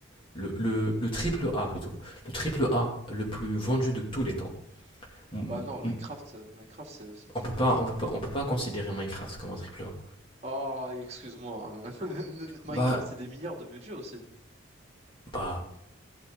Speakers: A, on the left; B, on the right.
A: le, le, le triple A plutôt. Le triple A le plus vendu de tous les temps. M-
B: Bah non, Minecraft,
A: m-
B: euh, Minecraft, c'est c'est le triple
A: On peut pas,
B: A le
A: on
B: plus
A: peut pas,
B: vendu.
A: on peut pas considérer Minecraft comme un triple A.
B: Ah, excuse-moi. <laughs> Minecraft,
A: Bah,
B: c'est des milliards de budget aussi.
A: bah,